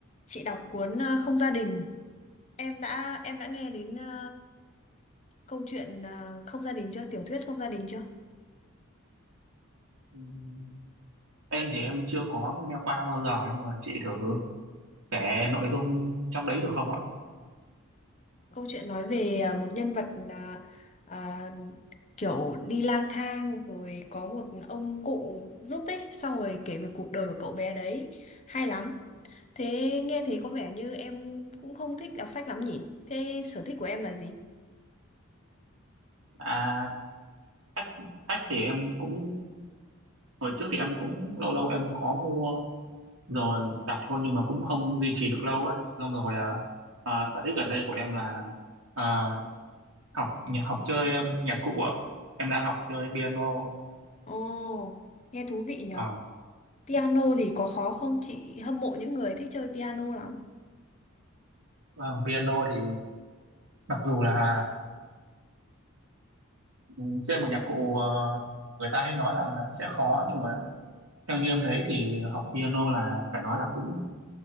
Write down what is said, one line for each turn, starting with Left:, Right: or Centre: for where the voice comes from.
Left: chị đọc cuốn à, Không gia đình. Em đã em đã nghe đến à, câu chuyện à, Không gia đình chưa? Tiểu thuyết Không gia đình chưa?
Right: Ừm, Em thì em chưa có nghe qua bao giờ nhưng mà chị thử kể nội dung trong đấy được không ạ?
Left: Câu chuyện nói về à, một nhân vật à, à, kiểu đi lang thang rồi có một ông cụ giúp ấy, xong rồi kể về cuộc đời của cậu bé đấy. Hay lắm. Thế nghe thế có vẻ như em cũng không thích đọc sách lắm nhỉ? Thế sở thích của em là gì?
Right: À, sách, sách thì em cũng hồi trước thì em cũng lâu lâu em có mua rồi đọc thôi nhưng mà cũng không duy trì được lâu á. Xong rồi à, à, sở thích gần đây của em là à, học nhạc học chơi um, nhạc cụ ạ. Em đang học chơi piano.
Left: Ồ, nghe thú vị nhở.
Right: À,
Left: Piano thì có khó không? Chị hâm mộ những người thích chơi piano lắm.
Right: vâng, piano thì mặc dù là Ừ, chơi một nhạc cụ ờ, người ta hay nói là sẽ khó nhưng mà theo như em thấy thì học piano là phải nói là cũng